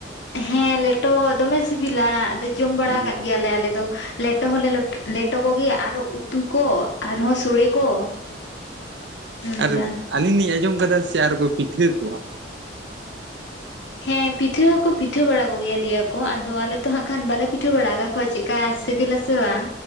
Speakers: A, on the left (about 70°); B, on the right (about 65°).
A: ᱦᱮᱸ ᱞᱮᱴᱚ ᱫᱚᱢᱮ ᱥᱤᱵᱤᱞᱟ ᱟᱫᱚ ᱡᱚᱢ ᱵᱟᱲᱟ
B: ᱦᱳᱭ
A: ᱟᱠᱟᱫ ᱜᱮᱭᱟᱞᱮ ᱟᱞᱮ ᱫᱚ ᱞᱮᱴᱚ ᱦᱚᱸᱞᱮ ᱞᱮᱴᱚ ᱠᱚ ᱜᱤᱭᱟ ᱟᱨᱚ ᱩᱫ ᱩᱛᱩ ᱠᱚ ᱟᱨᱦᱚᱸ ᱥᱚᱲᱮ ᱠᱚ ᱚᱱᱠᱟ
B: ᱟᱨ ᱟᱹᱞᱤᱧ ᱞᱤᱧ ᱟᱸᱡᱚᱢ ᱟᱠᱟᱫᱟ ᱥᱮ ᱟᱨ ᱠᱚ ᱯᱤᱴᱷᱟᱹ ᱠᱚᱣᱟ
A: ᱦᱮᱸ ᱯᱤᱴᱷᱟᱹ ᱦᱚᱸᱠᱚ ᱯᱤᱴᱷᱟᱹ ᱵᱟᱲᱟ ᱠᱚᱜᱮᱭᱟ ᱞᱮᱭᱟ ᱠᱚ ᱟᱫᱚ ᱟᱞᱮ ᱛᱚ ᱦᱟᱸᱜ ᱠᱷᱟᱱ ᱵᱟᱞᱮ ᱯᱤᱴᱷᱟᱹ ᱵᱟᱲᱟ ᱟᱠᱟᱫ ᱠᱷᱚ ᱪᱮᱫᱮᱠᱟ ᱥᱤᱵᱤᱞᱟᱥᱮ ᱵᱟᱝ